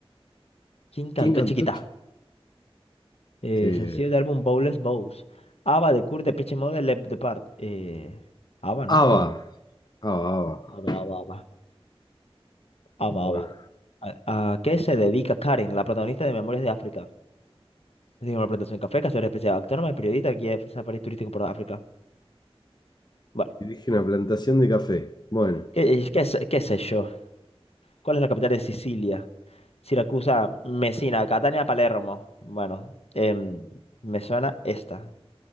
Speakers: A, on the left (about 75°); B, on the left (about 45°).
A: ¿Quién cantó
B: ¿Quién cantó?
A: Chiquita?
B: chi-
A: Eh,
B: Eh,
A: sencillo de álbum Bowles Bows. Ava de Kurt de Pitch Mode, Left Depart. Eh, Ava, ¿no?
B: ABBA.
A: Sí, Ava.
B: ABBA, ABBA.
A: Ava, Ava, Ava. Ah,
B: Bueno,
A: va, va. ¿A, a qué se dedica Karen, la protagonista de Memorias de África? Es una presentación en café, cazadora especial, autónoma, periodista, guía de Safari turístico por África. Bueno,
B: Dirige una plantación de café. Bueno,
A: ¿qué, eh, qué, sé- qué sé yo? ¿Cuál es la capital de Sicilia? Siracusa, Messina, Catania, Palermo. Bueno, em, me suena esta.